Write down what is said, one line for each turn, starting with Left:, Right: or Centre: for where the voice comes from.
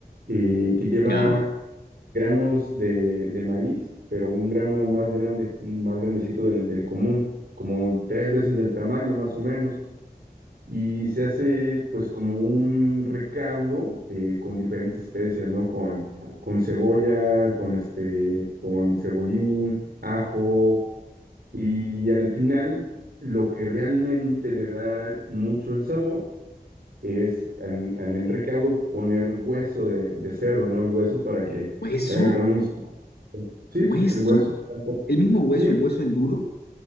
Right: eh, que lleva
Left: ¿Ya?
Right: granos de, de maíz, pero un grano más grande, un más grandecito del, del común, como tres veces del tamaño, más o menos. y se hace pues como un recaudo eh, con diferentes especias, ¿no? Con, con cebolla, con este, con cebollín, ajo y al final lo que realmente le da mucho el sabor es en, en el recaudo poner hueso de, de cerdo, ¿no? El hueso para que
Left: ¿Hueso?
Right: vaya agarrando un sabor. Sí,
Left: ¿Hueso?
Right: el hueso.
Left: El mismo hueso,
Right: Sí,
Left: el hueso enduro,